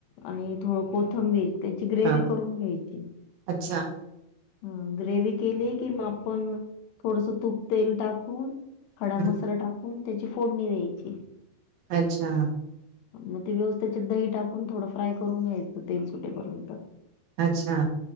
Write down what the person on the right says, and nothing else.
हा
अच्छा
हम्म
अच्छा
अच्छा